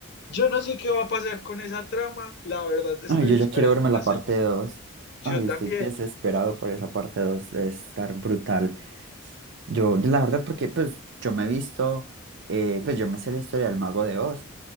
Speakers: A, on the left (about 50°); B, on the right (about 55°).
A: Yo no sé qué va a pasar con esa trama, la verdad estoy
B: Ay, yo
A: esperando
B: ya quiero verme
A: la
B: la
A: segunda.
B: parte 2.
A: Yo
B: Ay,
A: también.
B: estoy desesperado por esa parte 2 de estar brutal. Yo, la verdad, porque pues yo me he visto, eh, pues yo me sé la historia del Mago de Oz